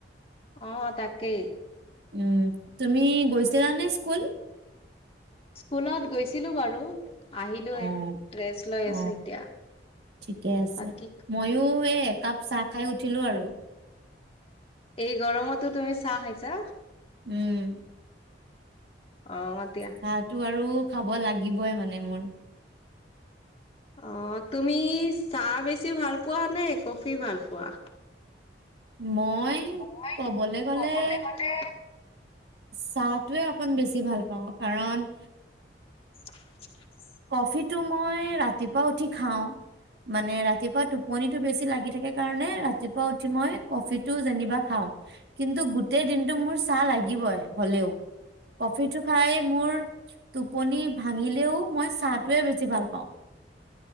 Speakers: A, on the left; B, on the right.
A: অ তাকেই
B: উম তুমি গৈছ জৰানী স্কুল
A: স্কুলত গৈছিলো বাৰু আহিলোৱে
B: অ
A: ৰেষ্ট লৈ
B: অ
A: আছো এতিয়া।
B: ঠিকে আছে
A: বাকী
B: ময়ো এই একাপ চাহ খাই উঠিলো আৰু
A: এই গৰমতো তুমি চাহ খাইছা
B: উম
A: অ দিয়া।
B: চাহো আৰু খাব লাগিবই মানে মোৰ
A: অ তুমি চাহ বেছি ভাল পোৱা নে কফি ভাল পোৱা
B: মই
A: মই
B: ক'বলৈ গ'লে
A: ক'বলে গ'লে
B: চাহটোৱে আকন বেছি ভাল পাওঁ কাৰণ
A: <inaudible>
B: কফিটো মই ৰাতিপুৱা উঠি খাওঁ মানে ৰাতিপুৱা টোপনিটো বেছি লাগি থাকে কাৰণে ৰাতিপুৱা উঠি মই কফিটো যেনিবা খাওঁ কিন্তু গোটেই দিনটো মোৰ চাহ লাগিবই হলেও কফি টো খাই মোৰ টোপনি ভাঙিলেও মই চাহটোৱে বেছি ভাল পাওঁ